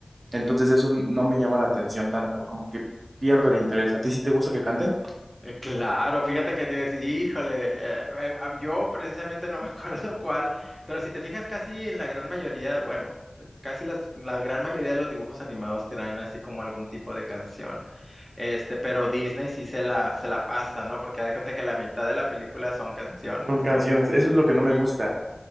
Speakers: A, on the right; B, in the centre.
A: Entonces eso no me llama la atención tanto, como que pierdo el interés. ¿A ti sí te gusta que canten?
B: Eh, Claro, fíjate que te iba a decir, híjole, eh, eh, a- yo precisamente no me acuerdo <laughs> cuál, pero si te fijas casi en la gran mayoría, bueno, casi las- la gran mayoría de los dibujos animados traen así como algún tipo de canción. Este, pero Disney sí se la, se la pasa, ¿no? Porque da de cuenta que la mitad de la película son canciones,
A: Con canciones,
B: ¿no?
A: eso es lo que no me
B: Sí.
A: gusta,